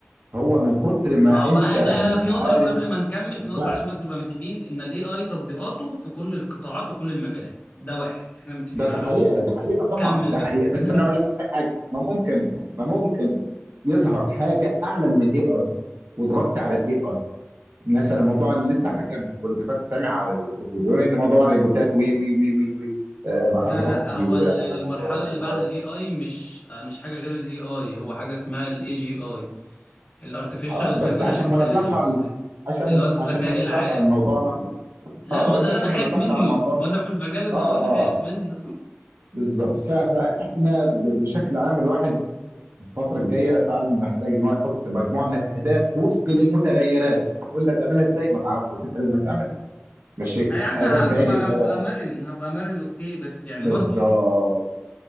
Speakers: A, on the right; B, on the left.
A: هو من كتر ما
B: ما هو
A: انت
B: بقى لا لا
A: مش
B: في نقطه
A: عارف
B: بس قبل ما نكمل في نقطه
A: ف-
B: عشان بس نبقى متفقين ان الاي اي تطبيقاته في كل القطاعات وكل المجالات ده واحد احنا متفقين
A: ده ده
B: على
A: حقيقه
B: ده
A: ده حقيقه طبعا
B: كمل
A: ده
B: بقى
A: حقيقه بس
B: <laughs> بس
A: انا اقول لك حاجه ما ممكن ما ممكن يظهر حاجه اعلى من الاي اي وضغطت على الاي اي مثلا موضوع اللي لسه كان كنت بس سامع على التلفزيون ان موضوع الريبوتات وي وي وي وي وي آه
B: لا
A: هتغطي
B: لا هو ال- المرحله
A: على موضوع الاي
B: اللي بعد
A: اي
B: الاي اي مش آه، مش حاجه غير الاي اي هو حاجه اسمها الاي جي اي الارتفيشال
A: آه بس
B: جنرال
A: عشان
B: انتليجنس
A: ما نطلعش عن عشان
B: اللي هو الذكاء
A: عشان ما
B: العام
A: نطلعش عن موضوعنا
B: لا
A: اه
B: ما
A: بس
B: هو ده اللي
A: عشان
B: انا خايف
A: ما نطلعش
B: منه
A: عن موضوعنا
B: ما ده في المجال وده
A: اه
B: اللي انا
A: اه
B: خايف منه
A: بالظبط ف- فاحنا ب- بشكل عام الواحد الفتره الجايه فعلا محتاج ان هو يحط مجموعه من الاهداف وفق للمتغيرات تقول لي هتعملها ازاي ما تعرفش بس انت لازم تعملها ماشي
B: ها يا عم
A: اهداف
B: هتبقى
A: بعيده مدى
B: هبقى مرن هبقى مرن اوكي بس يعني
A: بالظبط
B: برضو